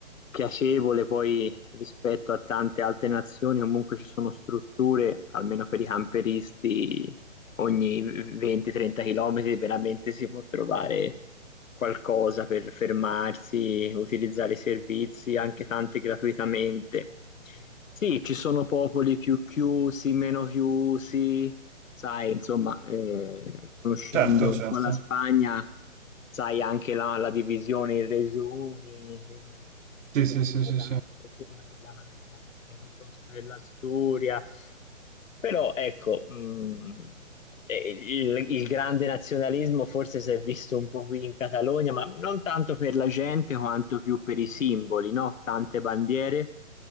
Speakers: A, on the left; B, on the right.
A: piacevole, poi rispetto a tante altre nazioni comunque ci sono strutture, almeno per i camperisti, ogni 20-30 km veramente si può trovare qualcosa per fermarsi, utilizzare i servizi, anche tanti gratuitamente. Sì, ci sono popoli più chiusi, meno chiusi, sai, insomma, eh, conoscendo
B: Certo,
A: un
B: certo.
A: po' la Spagna, sai anche la, la divisione in regioni, quindi ti
B: Sì,
A: tengono
B: sì, sì, sì,
A: tanto
B: sì.
A: sia una della Cantabria piuttosto che dell'Asturia. Però ecco, mh, eh, il, il grande nazionalismo forse si è visto un po' qui in Catalogna, ma non tanto per la gente quanto più per i simboli, no? Tante bandiere,